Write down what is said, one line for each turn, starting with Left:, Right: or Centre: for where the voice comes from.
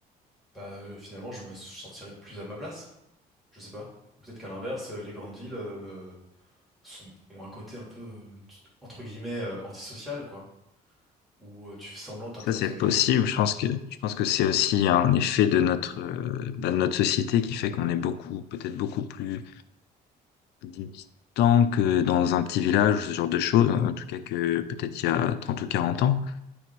Centre: bah, euh, finalement, je me sentirais plus à ma place. Je sais pas. Ou Peut-être qu'à l'inverse, euh, les grandes villes euh, euh, sont, ont un côté un peu, euh, tu- entre guillemets, euh, antisocial, quoi, où euh, tu fais semblant de t'intéresser
Left: Ça, c'est possible.
Centre: aux gens.
Left: Je pense que, je pense que c'est aussi un effet de notre, euh, bah, de notre société qui fait qu'on est beaucoup, peut-être beaucoup plus distant que dans un petit village, ce genre de choses, en tout cas que peut-être il y a 30 ou 40 ans.